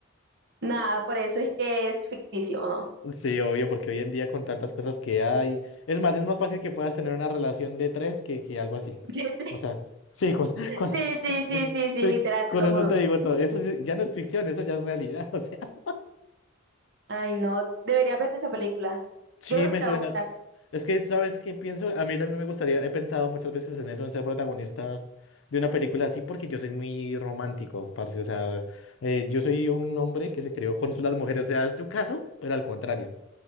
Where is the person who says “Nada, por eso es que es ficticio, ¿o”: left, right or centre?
Right